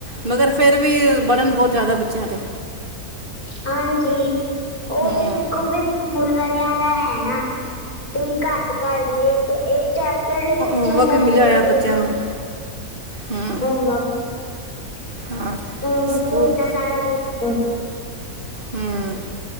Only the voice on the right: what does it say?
ਮਗਰ ਫਿਰ ਵੀ ਬੜ੍ਹਨ ਬਹੁਤ ਜ਼ਿਆਦਾ ਬੱਚਿਆਂ 'ਤੇ
ਹੂੰ
ਹੋਮਵਰਕ
ਵੀ ਮਿਲਿਆ
ਹੋਇਆ ਬੱਚਿਆਂ
ਨੂੰ ਹੂੰ
ਹਾਂ ਸਕੂਲ
ਹੂੰ -